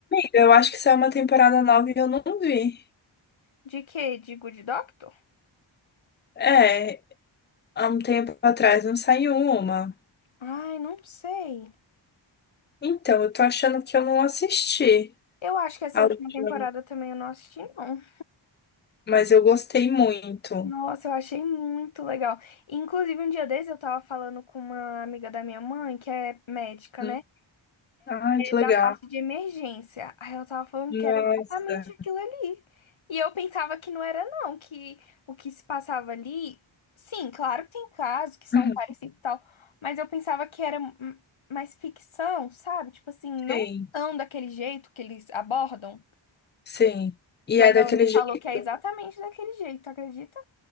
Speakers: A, on the left (about 25°); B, on the left (about 75°).
A: Eu acho que saiu uma temporada nova e eu não vi.
B: De quê? De Good Doctor?
A: É, há um tempo atrás não saiu uma.
B: Ai, não sei.
A: Então, eu tô achando que eu não assisti
B: Eu acho que essa
A: a
B: última
A: última,
B: temporada também eu não assisti, não.
A: mas eu gostei muito.
B: Nossa, eu achei muito legal. Inclusive, um dia desses eu tava falando com uma amiga da minha mãe, que é médica, né?
A: Hum. Ai, que legal.
B: da parte de emergência. Aí eu tava falando
A: Nossa.
B: que era exatamente aquilo ali. E eu pensava que não era, não, que o que se passava ali, sim, claro que tem casos que são
A: Uhum.
B: parecidos e tal, mas eu pensava que era hum, mais ficção, sabe? Tipo assim, não
A: Sim,
B: tão daquele jeito que eles abordam,
A: sim. E
B: mas
A: é daquele
B: ela me
A: jeito.
B: falou que é exatamente daquele jeito, acredita?